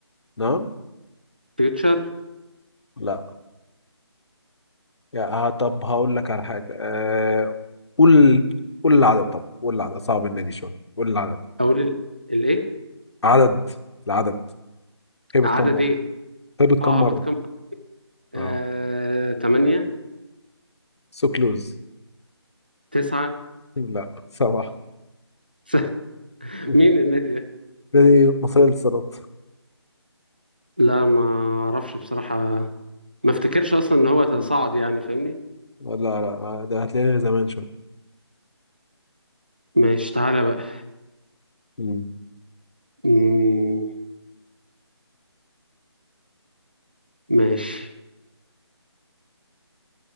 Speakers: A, on the left (about 70°); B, on the right (about 20°).
A: نعم
B: فيوتشر
A: لا يا آه طب هقول لك على حاجة آه قول قول العدد طب قول العدد صعب النادي شوية قول العدد
B: أقول الإيه
A: عدد العدد هبط
B: عدد
A: كم مرة
B: إيه
A: هبط كم
B: اه
A: مرة
B: هبط كام آه،
A: اه
B: تمانية
A: سوكلوز
B: تسعة
A: لا سبعة
B: <laughs>
A: <laughs>
B: مين النادي ده؟
A: نادي مصرية للصالات
B: لا ما اعرفش بصراحة ما افتكرش اصلا ان هو
A: <laughs>
B: صعد يعني فاهمني؟
A: لا لا آه، ده هتلاقيها زمان شوية
B: ماشي تعالى بقى
A: مم.
B: مم، ماشي